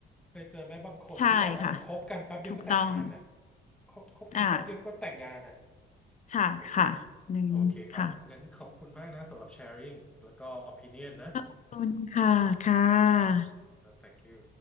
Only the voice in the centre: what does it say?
เคยเจอไหมบางคนที่แบบว่าคบกันแป๊บเดียวก็แต่งงานอะ
คบคบกันแป๊บเดียวก็แต่งงานอะ
โอเค
โอเคครับงั้นขอบคุณมากนะสำหรับ sharing แล้วก็ opinion นะ
ครับ
แล้ว thank you